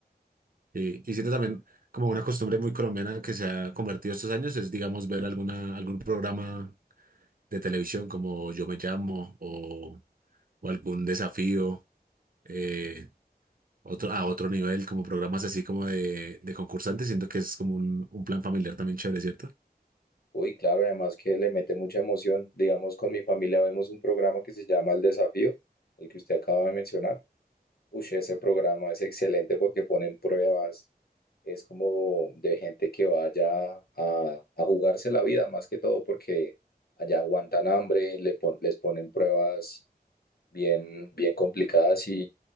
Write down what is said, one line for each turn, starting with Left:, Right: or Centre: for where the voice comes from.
Right: Y, y siento también como una costumbre muy colombiana que se ha convertido estos años es, digamos, ver alguna, algún programa de televisión como Yo me llamo o, o algún desafío. eh, Otro, a otro nivel, como programas así como de, de concursantes, siento que es como un, un plan familiar también chévere, ¿cierto?
Left: Uy, claro, además que le mete mucha emoción. Digamos, con mi familia vemos un programa que se llama El Desafío, el que usted acaba de mencionar. Uy, ese programa es excelente porque ponen pruebas, es como de gente que vaya a, a jugarse la vida más que todo porque allá aguantan hambre, le pon- les ponen pruebas bien, bien complicadas